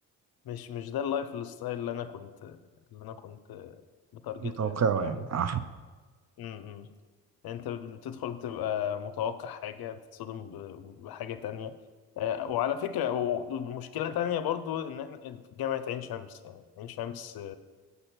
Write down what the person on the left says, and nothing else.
مش مش ده اللايف ستايل اللي انا كنت اللي انا كنت بتارجته
يعني فاهمني
امم إمم. يعني انت بتدخل بتبقى متوقع حاجه بتتصدم ب- بحاجه تانية آه، وعلى فكرة و- ومشكلة تانية برضو إن إحنا جامعة عين شمس يعني عين شمس